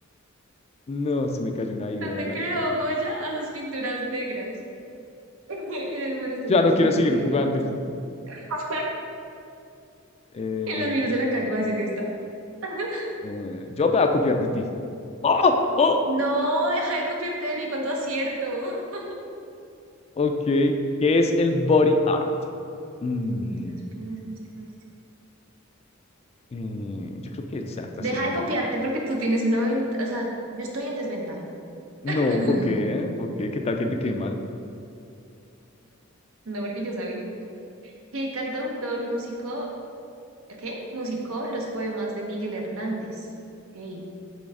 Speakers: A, on the left (about 30°); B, on the right (about 85°).
A: No, se me cayó una ídola,
B: Donde
A: la
B: creó
A: verdad.
B: Goya a sus pinturas negras. <laughs> En el monasterio
A: Ya no
B: es
A: quiero
B: una
A: seguir
B: serie
A: jugando.
B: de grabados.
A: <laughs>
B: <laughs>
A: Eh,
B: En los miros de la Cat Basset está. <laughs>
A: eh, yo me voy a copiar de ti. Oh, ¡Oh!
B: No, deja de copiarte de mí cuando acierto. <laughs>
A: Ok, ¿qué es el body art?
B: Espérate,
A: Mm,
B: ¿cómo te las pones? ¿Cómo te las-
A: eh, yo creo que es la segunda.
B: Deja de copiarte porque tú tienes una ventaja. O sea, yo estoy en desventaja.
A: No,
B: <laughs>
A: ¿por qué? ¿Por qué? ¿Qué tal que te quede mal?
B: No, porque yo sabía. ¿Qué cantautor, músico? ¿Qué? Musicó los poemas de Miguel Hernández. Ok,